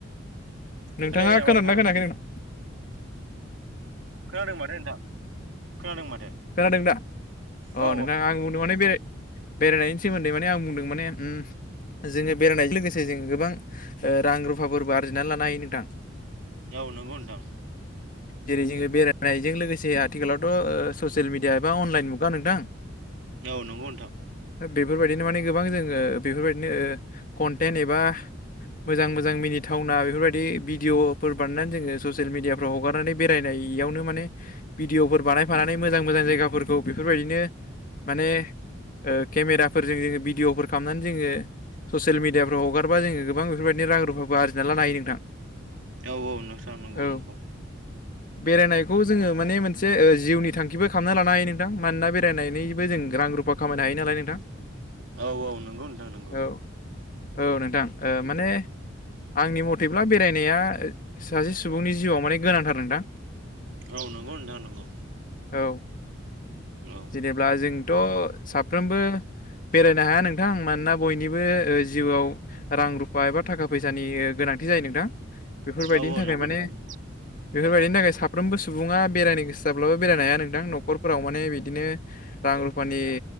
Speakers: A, on the left; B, on the right.
A: नोंथाङा
B: खोनायाखै नामा
A: खोनादोंना
B: नोंथाङा
A: खोनायाखै नों
B: खोनादों माथो नोंथां खोनादों माथो।
A: खोनादों दा अ
B: औ
A: नोंथां आं बुंदों माने बे बेरायनायनि सोमोन्दै माने आं बुंदों माने उम जोङो बेरायनायजों लोगोसे जों गोबां रां रुफाफोरबो आरजिनानै लानो हायो नोंथां।
B: औ नंगौ नोंथां
A: जेरै जोङो बेरायनायजों लोगोसे आथिखालावथ' ससियेल मिडिया एबा अनलाइन मुगा नोंथां
B: औ नंगौ नोंथां
A: बेफोरबायदिनो माने गोबां जोङो बेफोरबायदिनो कन्टेन्ट एबा मोजां मोजां मिनिथावना बेफोरबायदि भिडिअफोर बानायनानै जोङो ससियेल मिडियाफ्राव हगारनानै बेरायनाय बेयावनो माने भिडिअफोर बानायफानानै मोजां मोजां जायगाफोरखौ बेफोरबायदिनो माने केमेराफोरजों जोंङो भिदिअ फोर खालामनानै जोङो ससियेल मिडियाफ्राव हगारबा जोङो गोबां बेफोरबायदिनो रां रुफाबो आरजिना लानो हायो नोंथां
B: औ औ नोंथां नंगौ
A: औ
B: नंगौ
A: बेरायनायखौ जोङो माने मोनसे जिउनि थांखिबो खालामना लानो हायो नोंथां मानोना बे फरायनायनिबो जों रां रुफा खामायनो हायो नालाय नोंथां
B: औ औ नंगौ नोंथां नंगौ
A: औ औ नोंथां माने आंनि मथेब्ला बेरायनाया सासे सुबुंनि जिउआव माने गोनांथार नोंथां
B: औ नंगौ नोंथां नंगौ
A: औ
B: औ
A: जेनेब्ला जोंथ' साफ्रोमबो बेरायनो हाया नोंथांं मानोना बयनिबो जिउआव रां रुफा एबा थाखा फैसानि गोनां गोनांथि जायो नोंथां बेफोरबायदिनि
B: औ औ
A: थाखाय
B: नंगौ
A: माने
B: नोंथां नंगौ
A: बेफोरबायदिनि थाखाय साफ्रोमबो सुबुङा बेरायनो गोसो जाब ब्लाबो बेरायनो हाया नोंथां न'खरफोराव माने बिदिनो रां रुफानि